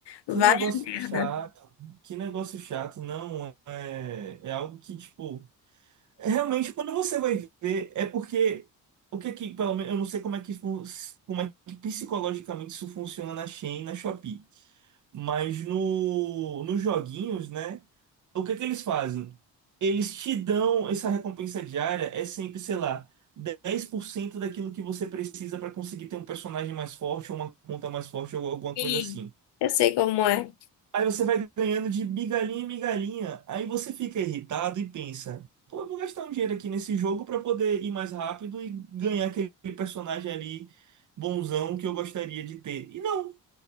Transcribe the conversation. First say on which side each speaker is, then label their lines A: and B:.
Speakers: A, on the left (about 75°); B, on the right (about 45°).
A: vai
B: Que negócio
A: a merda.
B: chato. Que negócio chato. Não, é, é algo que, tipo, realmente quando você vai ver, é porque o que é que, pelo menos, eu não sei como é que, fun- como é que psicologicamente isso funciona na Shein, e na Shopee. Mas no, nos joguinhos, né? o que é que eles fazem? Eles te dão essa recompensa diária, é sempre, sei lá, 10% daquilo que você precisa para conseguir ter um personagem mais forte, ou uma conta mais forte, ou alguma
A: E
B: coisa assim.
A: eu sei como é.
B: Aí você vai ganhando de migalhinha em migalhinha, aí você fica irritado e pensa, pô, eu vou gastar um dinheiro aqui nesse jogo para poder ir mais rápido e ganhar aquele personagem ali bonzão que eu gostaria de ter. E não,